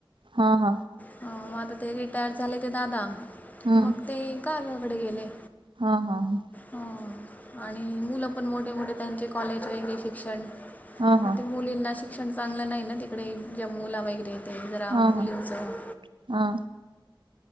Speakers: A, on the right; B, on the left.
A: हा हा
B: हो आता ते रिटायर झाले ते दादा
A: हम्म.
B: मग ते गावाकडे गेले
A: हा हा हा
B: अ, आणि मुलं पण मोठे मोठे त्यांचे कॉलेज वगैरे शिक्षण
A: हा हा
B: तर ते मुलींना शिक शिक्षण चांगलं नाही ना तिकडे ज्या मुला वगैरे येते जरा
A: हा हा
B: मुलींचं
A: हा